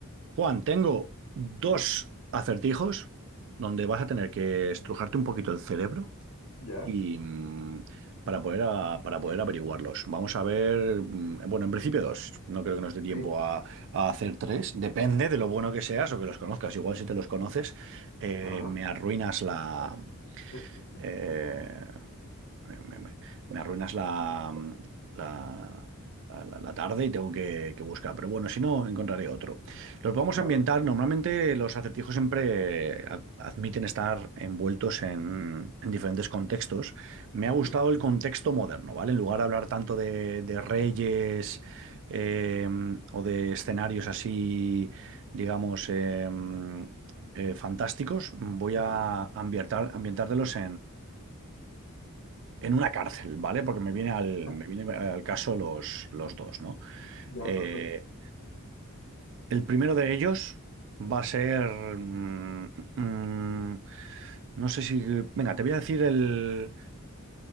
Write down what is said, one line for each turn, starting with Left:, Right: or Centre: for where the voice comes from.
Right: Juan, tengo dos acertijos donde vas a tener que estrujarte un poquito el cerebro
Left: Ya,
Right: y mm, para poder, a- para poder averiguarlos. Vamos a ver, mm, bueno, en principio dos. No creo que nos dé tiempo
Left: bien,
Right: a, a hacer tres. Depende de lo bueno que seas o que los conozcas. Igual si te los conoces, eh,
Left: ajá,
Right: me arruinas la...
Left: eh,
Right: eh, me, me- me- me arruinas la, la, la- la- la tarde y tengo que, que buscar. Pero bueno, si no, encontraré otro. Los vamos
Left: claro.
Right: a ambientar. Normalmente los acertijos siempre a- admiten estar envueltos en, en diferentes contextos. Me
Left: Ujú,
Right: ha gustado el contexto moderno, ¿vale? En lugar de hablar tanto de, de reyes eh, o de escenarios así, digamos... em, eh, fantásticos, voy
Left: ujú,
Right: a ambientar, ambientártelos en una cárcel, ¿vale? Porque me viene al,
Left: ja,
Right: me viene al caso los, los dos, ¿no?
Left: Ya,
Right: Eh,
Left: perfecto.
Right: el primero de ellos va a ser... mm, mm, no sé si... Venga, te voy a decir el